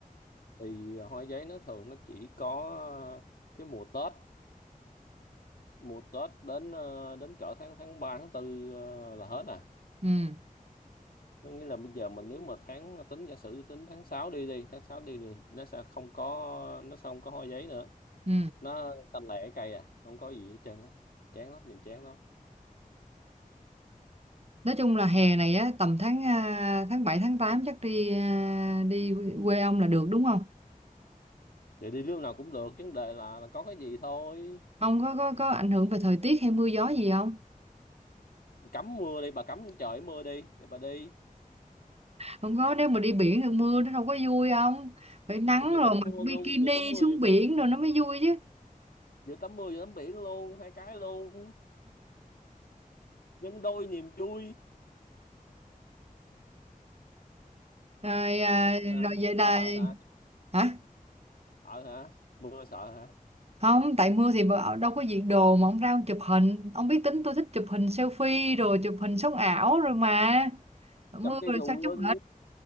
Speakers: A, on the left; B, on the right.
A: thì hoa giấy nó thường nó chỉ có ờ, cái mùa Tết mùa Tết đến ờ, đến cỡ tháng tháng 3 tháng tư ờ, là hết à
B: ừ,
A: có nghĩa là bây giờ mình nếu mà tháng tính giả sử tính tháng 6 đi đi tháng 6 đi thì nó sẽ không có nó sẽ không có hoa giấy nữa
B: ừ.
A: nó tanh lẻ cây à không có gì hết trơn á chán lắm nhìn chán lắm
B: nói chung là hè này á tầm tháng à, tháng 7 tháng 8 chắc đi à, đi quê ông là được đúng không
A: thì đi lúc nào cũng được vấn đề là là có cái gì thôi
B: ông có có có ảnh hưởng về thời tiết hay mưa gió gì không
A: cấm mưa đi bà cấm trời mưa đi rồi bà đi
B: không có nếu mà đi biển thì mưa nó đâu có vui không phải nắng
A: vừa
B: rồi
A: tắm
B: mặc
A: mưa
B: bikini
A: luôn vừa tắm mưa
B: xuống
A: vừa,
B: biển rồi nó mới vui chứ
A: vừa tắm mưa vừa tắm biển luôn hai cái luôn nhân đôi niềm vui
B: rồi à,
A: không thích
B: rồi
A: hả
B: vậy là
A: sợ sợ hả
B: hả
A: sợ hả mưa sợ hả
B: không tại mưa thì bà- đâu có diện đồ mà ông ra ông chụp hình ông biết tính tôi thích chụp hình selfie rồi chụp hình sống ảo rồi mà mưa
A: cầm cái
B: rồi
A: dù
B: sao
A: lên
B: chụp